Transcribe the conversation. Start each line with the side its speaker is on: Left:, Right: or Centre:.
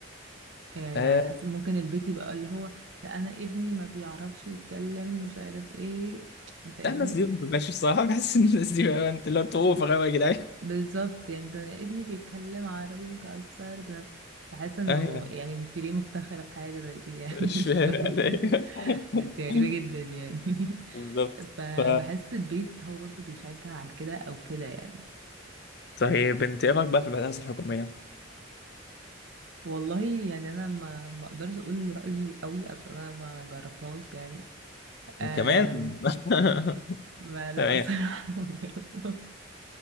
Right: يعني
Left: آه
Right: على حسب ممكن البيت يبقى اللي هو لا انا ابني ما بيعرفش يتكلم مش عارف ايه فاهمني
Left: ده الناس دي ما بتبقاش الصراحة <laughs> بحس ان الناس دي بقى انت اللي هو انتوا اوفر قوي يا جدعان
Right: بالظبط يعني ده ابني بيتكلم عربي مكسر ده بحس انه
Left: ايوه
Right: يعني انت ليه مفتخرة بحاجة زي دي يعني
Left: مش
Right: <laughs> مش
Left: فاهم
Right: فاهمة
Left: يعني <laughs>
Right: ده انت غريبة
Left: إيه.
Right: جدا يعني <laughs>
Left: بالظبط
Right: فبحس
Left: ف
Right: البيت هو برضو بيشجع على كده او كده يعني
Left: طيب انت ايه رايك بقى في المدارس الحكومية
Right: والله يعني انا ما ما اقدرش اقول رأيي قوي عشان انا ما جربتهاش يعني أم...
Left: كمان <laughs>
Right: ما لا
Left: تمام
Right: بصراحة <laughs> ما جربتهاش